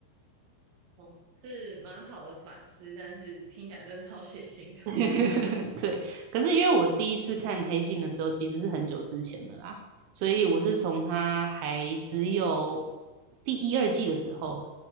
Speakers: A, on the right; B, on the right.
A: 哦，是蛮好的反思，但是听起来真的超血腥的。
B: <laughs> 对，可是因为我第一次看《黑镜》的时候，其实是很久之前的啦，所以我是从它还只有第一二季的时候，